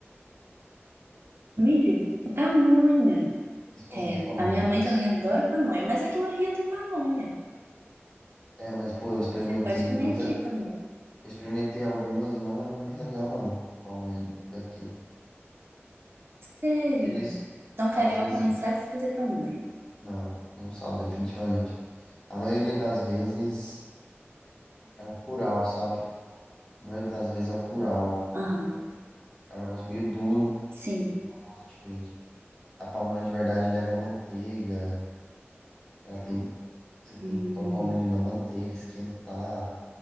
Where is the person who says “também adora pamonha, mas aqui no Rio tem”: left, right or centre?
Right